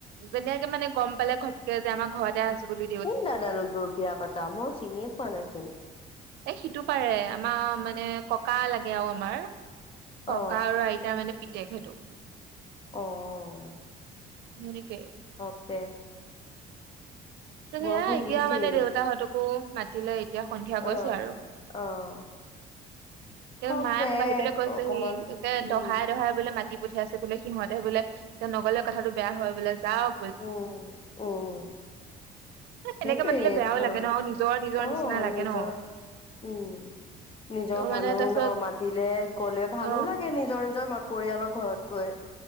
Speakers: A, on the right (about 80°); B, on the left (about 30°).
A: যেনেকে মানে গম পালে ঘপকে যে আমাৰ ঘৰত তে আছো বুলি
B: কোন দাদানো তোৰ বিয়া পাতা মই চিনিয় পোৱা নাইচোন।
A: এ সিটো পাৰে আমাৰ মানে ককা লাগে আৰু আমাৰ ককা
B: অ
A: আৰু আইত তাৰ মানে পিতেক সেইটো।
B: অ',
A: হেনেকে।
B: অকে।
A: সেয়াই
B: বৰষুণ
A: এতিয়া
B: দিছেই
A: মানে দেউতাহঁতকো মাতিলে এতিয়া সন্ধিয়া গৈছে
B: অ
A: আৰু।
B: অ',
A: এই
B: হওক
A: মায়ে
B: দে
A: মোক আহি পেলাই কৈছেহি
B: অকমান
A: একে
B: উম
A: দহাই - দহাই বোলে মাতি পঠিয়াই আছে বোলে। সিহঁতে বোলে তেওঁ নগলে কথাটো বেয়া হয় বোলে যাক
B: উম-উম।
A: এনেকে
B: সেইটোৱে
A: মাতিলে বেয়াও
B: ঘৰৰ
A: লাগে ন আৰু নিজৰ নিজৰ
B: অ,
A: নিচিনা লাগে
B: নিজৰ
A: ন
B: উম, নিজৰ
A: ত মানে
B: মানুহ
A: তাৰপিছত
B: ন মাতিলে গলে
A: অ
B: ভালো লাগে নিজৰ- নিজৰ পৰিয়ালৰ ঘৰত গৈ।